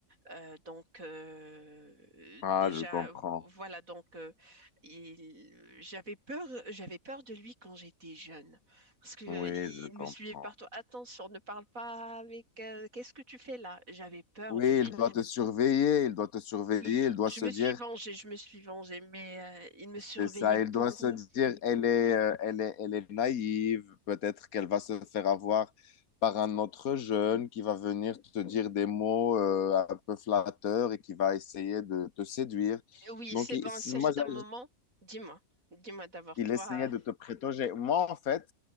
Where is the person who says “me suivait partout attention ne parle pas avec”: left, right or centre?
Right